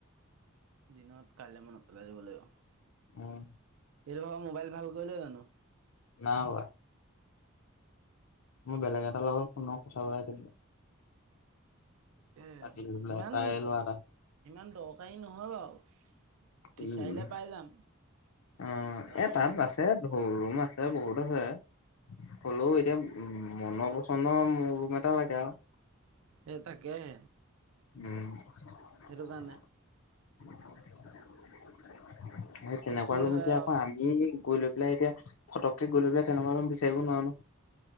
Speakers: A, on the right; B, on the left.
A: দিনত কাইলৈ মনত পেলাই দিব লাগিব।
B: মই
A: এই ঘৰৰ মোবাইল ভাল কৰিলে জানো।
B: নাই হোৱা। মই বেলেগ এটাৰ লগত ফোনত কথা পতাই দিম।
A: এ
B: পাতিলো পেলাই
A: ইমান,
B: তাৰে ল'ৰা এটা
A: ইমান দৰকাৰী নহয় বাৰু। বিচাৰিলে
B: উম
A: পাই যাম।
B: অ'
A: তেওঁ
B: এ তাত বাছে ধুৰ ৰুম আছে, বহুত আছে। হ'লেও এতিয়া মনৰ পচন্দ মোৰ ৰুম এটা লাগে আৰু।
A: এই তাকেহে।
B: উম। এই
A: সেইটো কাৰণে
B: তেনেকুৱা
A: কি
B: ৰুম
A: হয়
B: এতিয়া আকৌ
A: আৰু
B: আমি ই-এই গৈ লৈ পেলাই এতিয়া, ফটককে গৈ লৈ পেলাই তেনেকুৱা ৰুম বিচাৰিবও নোৱাৰো নহয়।